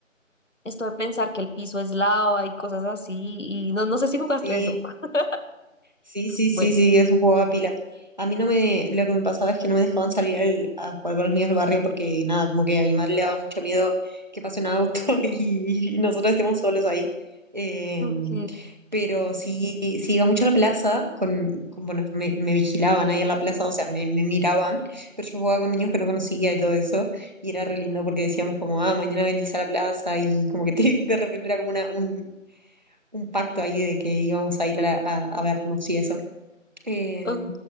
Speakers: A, on the left (about 65°); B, on the right (about 35°).
A: esto de pensar que el piso es lava y cosas así, y no, no sé si jugaste
B: Sí.
A: eso. <laughs>
B: Sí, sí,
A: Bueno,
B: sí, sí, eso jugaba pila. A mí no me, lo que me pasaba es que no me dejaban salir al- a jugar con los niños del barrio porque nada, como que a mi madre le daba mucho miedo que pase un auto <laughs> y, y nosotros estemos solos ahí. Eh,
A: ok.
B: pero sí, sí iba mucho a la plaza, con, con- bueno, me, me vigilaban ahí en la plaza, o sea, me, me miraban, pero yo jugaba con niños que no conocía y todo eso, y era re lindo porque decíamos como, ah, mañana venís a la plaza y como que <laughs> te- de repente era como una, un, un pacto ahí de que íbamos a ir a, la- a, a vernos y eso. Eh,
A: O,